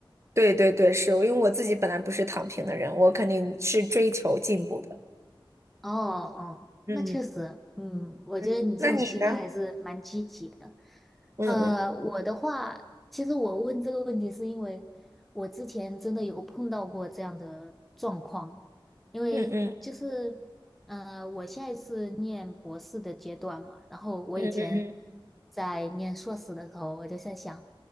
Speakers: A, on the right; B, in the centre.
A: 对对对，是因为我自己本来不是躺平的人，我肯定是追求进步的。
B: 哦哦，
A: 嗯嗯，
B: 那确实，嗯，我觉得你这种心态还是蛮积极的。
A: 嗯那你呢？嗯嗯
B: 呃，我的话，其实我问这个问题是因为我之前真的有碰到过这样的状况，因为就是，
A: 嗯嗯。
B: 呃，我现在是念博士的阶段嘛，然后我以前
A: 嗯嗯
B: 在念硕士的时候，我就在想，